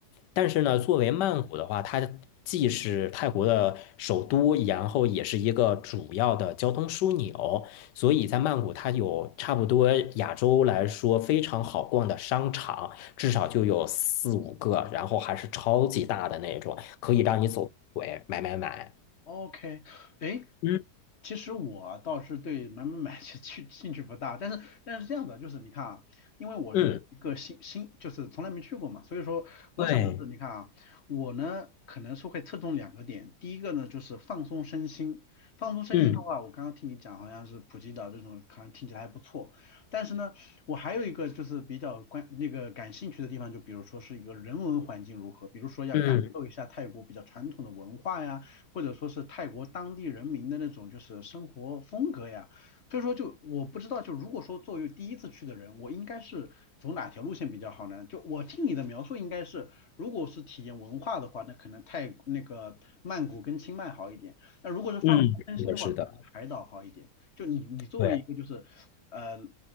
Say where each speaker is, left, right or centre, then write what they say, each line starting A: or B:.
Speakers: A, on the left; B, on the left.
A: 但是呢，作为曼谷的话，它既是泰国的首都，然后也是一个主要的交通枢纽，所以在曼谷它有差不多亚洲来说非常好逛的商场，至少就有四五个，然后还是超级大的那种，可以让你走腿买买买。
B: OK，哎，
A: 嗯
B: 其实我啊倒是对买买买其实去兴趣不大，但是但是这样的，就是你看啊，因为我是一个新新，
A: 嗯，
B: 就是从来没去过嘛，所以说我想的是，
A: 对，
B: 你看啊，我呢可能是会侧重两个点，第一个呢就是放松身心，放松身心的话，
A: 嗯
B: 我刚刚听你讲好像是普吉岛这种，可能听起来还不错，但是呢，我还有一个就是比较关那个感兴趣的地方，就比如说是一个人文环境如何，比如说要感受一下泰国比较传统的文化呀。
A: 嗯
B: 或者说是泰国当地人民的那种就是生活风格呀。所以说就我不知道，就如果说作为第一次去的人，我应该是走哪条路线比较好呢？就我听你的描述，应该是如果是体验文化的话，那可能泰那个曼谷跟清迈好一点。那如果是放松身心的话，
A: 嗯，是的，是的。
B: 可能是海岛好一点。就你你作为一个就是呃
A: 对，